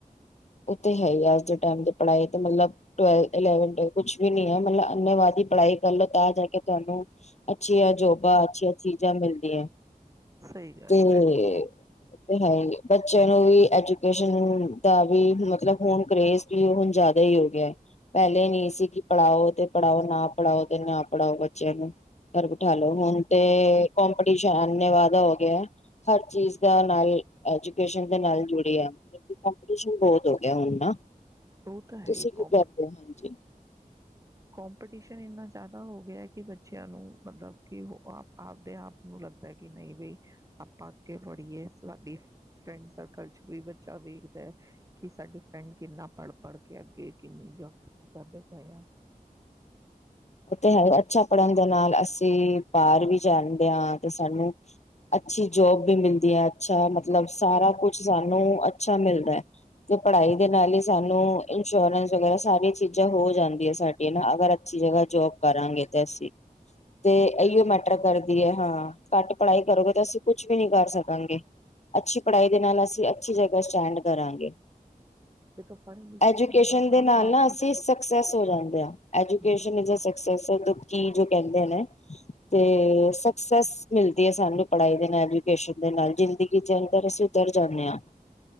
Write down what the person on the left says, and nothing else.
ਔ ਤੇ ਹੈ ਹੀ ਹੈ, ਅੱਜ ਦੇ ਟਾਇਮ ਦੀ ਪੜਾਈ ਮਤਲਬ ਇਲੈਵਨ ਟਵੇਲਵ ਕੁਛ ਵੀ ਨਹੀ ਹੈ ਮਤਲਬ ਅੰਨੇਵਾ- ਪੜ੍ਹਾਈ ਕਰਲੋ ਤਾਂ ਜਾ ਕੇ <unintelligible> ਅੱਛੀਆਂ ਜੋਬਾਂ ਅੱਛੀਆਂ ਚੀਜ਼ਾਂ ਮਿਲਦੀਆਂ,
ਤੇ
ਫਿਰ ਹੈ ਹੀ ਬੱਚਿਆਂ ਨੂੰ ਵੀ ਐਜੂਕੇਸ਼ਨ ਨੂੰ- ਮਤਲਬ ਹੁਣ ਕਰੇਜ ਵੀ ਉਹ ਜ਼ਿਆਦਾ ਹੀ ਹੋ ਗਿਆ ਪਹਿਲੇ ਨਹੀਂ ਸੀ ਕਿ ਪੜ੍ਹਾਓ ਤੇ ਪੜ੍ਹਾਓ ਨਾ ਪੜ੍ਹਾਓ ਤੇ ਨਾ ਪੜਾਯੋ ਬੱਚਿਆਂ ਨੂੰ ਘਰ ਬੈਠਾ ਲੌ, ਹੁਣ ਤੇ ਕੰਪੀਟੀਸ਼ਨ ਧੰਨਵਾਦ ਹੋ ਗਿਆ ਹਰ ਚੀਜ਼ ਦਾ ਨਾਲ ਐਜੂਕੇਸ਼ਨ ਦੇ ਨਾਲ ਜੁੜੇ ਆ ਕੁਸ਼ ਵੀ ਬਹੁਤ ਹੋ ਗਿਆ ਹੁਣ ਨਾ
ਤੁਸੀ
ਕੀ
ਕਰਦੇ ਹੋ, ਹਾਂਜੀ
ਓ ਤੇ ਹੈਈ, ਅੱਛਾ ਪੜ੍ਹਨ ਦੇ ਨਾਲ ਅਸੀਂ ਬਾਹਰ ਵੀ ਜਾਂਦੇਆਂ ਤੇ ਸਾਨੂੰ ਅੱਛੀ ਜੋਬ ਵੀ ਮਿਲਦੀ ਹੈ ਅੱਛਾ ਮਤਲਬ ਸਾਰਾ ਕੁਛ ਸਾਨੂੰ ਅੱਛਾ ਮਿਲਦਾ ਹੈ ਤੇ ਪੜ੍ਹਾਈ ਦੇ ਨਾਲੇ ਸਾਨੂੰ ਇੰਸ਼ੋਰੈਂਸ ਵਗੈਰਾ ਸਾਰੀ ਚੀਜ਼ਾਂ ਹੋ ਜਾਂਦੀਆਂ ਸਾਡੇ ਇਹ ਨਾ ਅਗਰ ਅੱਛੀ ਜ੍ਹਗਾ ਜੋਬ ਕਰਾਂਗੇ ਤੇ ਅਸੀਂ ਤੇ
ਇਹੀਓ
ਮੈਟਰ
ਕਰਦੀ ਐ, ਹਾਂ। ਘੱਟ ਪੜ੍ਹਾਈ ਕਰੋਗੇ ਤਾਂ ਅਸੀਂ ਕੁਛ ਵੀ ਨੀਂ ਕਰ ਸਕਾਂਗੇ ਅੱਛੀ ਪੜ੍ਹਾਈ ਦੇ ਨਾਲ ਅਸੀ ਅੱਛੀ ਜਗਾ ਸਟੈਂਡ ਕਰਾਂਗੇ
ਐਜੂਕੇਸ਼ਨ
ਦੇ
ਨਾਲ
ਨਾ ਅਸੀਂ ਸਕਸੈਸ ਹੋ ਜਾਂਗੇ। <unintelligible> ਐਜੂਕੇਸ਼ਨ
ਇਜ ਦਸੋ <unintelligible> ਜੋ ਕਹਿੰਦੇ ਨੇ ਤੇ ਸਕਸੈਸ ਮਿਲਦੀ ਏ ਸਾਨੂੰ ਪੜ੍ਹਾਈ ਦੇ ਨਾਲ ਐਜੂਕੇਸ਼ਨ ਦੇ ਨਾਲ ਜ਼ਿੰਦਗੀ ਚ ਅੰਦਰ ਅਸੀਂ ਸੁਧਰ ਜਾਂਦੇ ਆਂ।